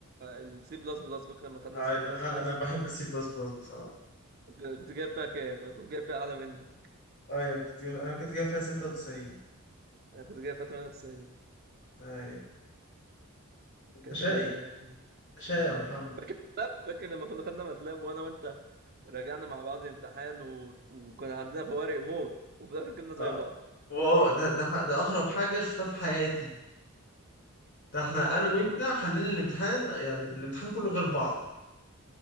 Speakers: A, on the right; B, on the left.
A: السي بلس بلس فاكر لما خدنا
B: ايوه
A: سي بلس
B: انا
A: بلس
B: انا بحب السي بلس بلس بصراحه
A: كنت كنت جايب فيها كام؟ انا كنت جايب فيها اعلى منك
B: ايوه كنت جايب... انا كنت جايب فيها 96
A: انا كنت جايب فيها 98
B: ايوه انت
A: كانت
B: شقي
A: ايام يا اخي آه.
B: انت شقي
A: آه.
B: يا محمد
A: فاكر ماتلاب؟ فاكر لما كنا خدنا ماتلاب وانا وانت راجعنا مع بعض الامتحان و... وكنا عندنا فوارق موت وفي الاخر جبنا زي
B: اه
A: بعض
B: واو ده ده ح- ده اغرب حاجه شفتها في حياتي ده
A: اه
B: احنا
A: وانا
B: انا وانت
A: كمان
B: حلينا الامتحان يعني الامتحان كله غير بعض